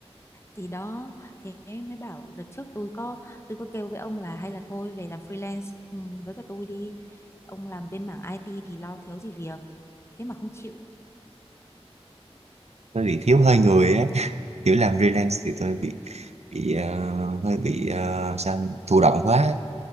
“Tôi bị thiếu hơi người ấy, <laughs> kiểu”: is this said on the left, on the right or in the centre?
Right